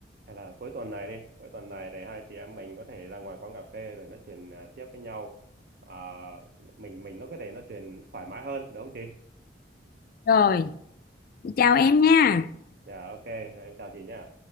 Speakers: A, on the right (about 55°); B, on the left (about 55°).
A: hay là cuối tuần này đi cuối tuần này để hai chị em mình có thể ra ngoài quán cà phê rồi nói chuyện à, tiếp với nhau à, mình mình nó có thể nói chuyện thoải mái hơn đúng không chị
B: rồi chào em nha
A: dạ ok em chào chị nhé